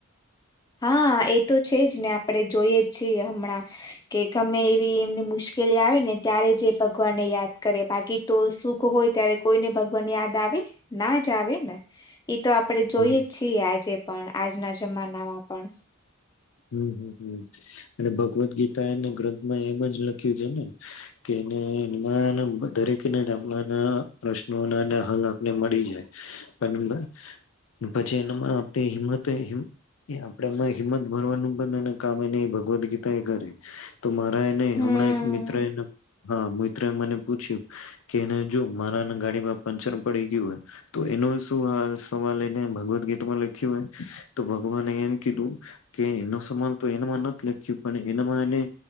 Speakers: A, on the left; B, on the left.
A: હા એ તો છે જ ને આપણેે જોઈએ જ છીએ હમણાં કે ગમે એવી એમની મુશ્કેલી આવે ને ત્યારે જ ભગવાનને યાદ કરે બાકી તો સુખ હોય ત્યારે કોઈને ભગવાન યાદ આવે ના જ આવે ને એ તો આપડે જોઈએ
B: હમ
A: જ છીએ આજે પણ આજના જ જમાનામાં પણ
B: હમ્મ હમ્મ હમ્મ અને ભગવદ્ ગીતા એને ગ્રંથમાં એમ જ લખ્યું છે ને કેને એમાં દરેક <unintelligible> પ્રશ્નો ના હલ આપને મળી જાય પછી એનામાં આપડે હિંમત આપણે એમાં હિંમત મરવાનું પણ એ કામે નહી ભગવદ્ ગીતા એ કરે તો મારા એને
A: હમ
B: હમણાં એક મિત્ર એને હા મને પૂછ્યું કે એને જો મારા ગાડીમાં પંચર પડી ગયું હોય તો એનો શું સવાલ એને ભગવદ ગીતમાં લખ્યું હોય તો ભગવાને એમ કીધું કે એનો <unintelligible> તો એનામાં નથી લખ્યું પણ એનામાં એને